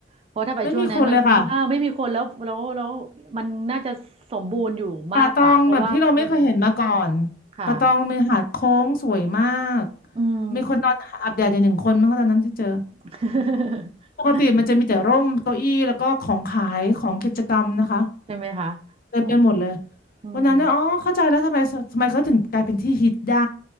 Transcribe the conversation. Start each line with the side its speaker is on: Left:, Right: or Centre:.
Right: เพราะถ้าไปช่วงนั้นมันอ่าไม่มีคนแล้วแล้วแล้วมันน่าจะสมบูรณ์อยู่มากกว่าเพราะว่าคน
Left: ไม่มีคนเลยค่ะป่าตองแบบที่เราไม่เคยเห็นมาก่อน
Right: ค่ะ
Left: ป่าตองมีหาดโค้งสวยมาก
Right: อืม
Left: มีคนนอนอาบแดดอย่างหนึ่งคนมั้งะตอนนั้นที่เจอ
Right: <laughs>
Left: ปกติมันจะมีแต่ร่มเก้าอี้แล้วก็ของขายของกิจกรรมนะคะ
Right: ใช่ไหมคะ
Left: เต็มไปหมดเลย
Right: อืมอืม
Left: วันนั้นเนี่ยอ๋อเข้าใจแล้วทำไมทำไมเขาถึงกลายเป็นที่ฮิตได้